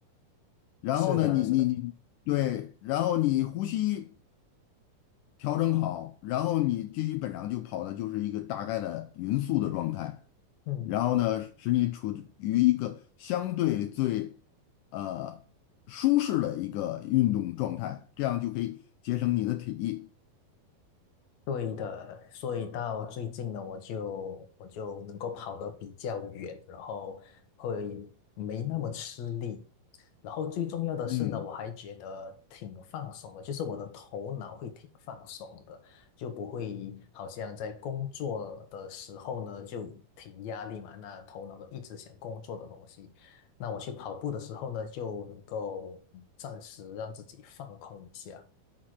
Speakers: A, on the left; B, on the left.
A: 然后呢，
B: 是的，
A: 你你你对，
B: 是的，
A: 然后你呼吸。调整好，然后你基本上就跑的就是一个大概的匀速的状态，
B: 嗯，
A: 然后呢，使你处于一个相对最呃舒适的一个运动状态，这样就可以节省你的体力。
B: 对的。所以到最近呢，我就我就能够跑得比较远，然后会没那么吃力。然后最重要的是呢，
A: 嗯。
B: 我还觉得挺放松的，就是我的头脑会挺放松的，就不会好像在工作的时候呢就挺压力嘛，那头脑都一直想工作的东西。那我去跑步的时候呢，就能够暂时让自己放空一下。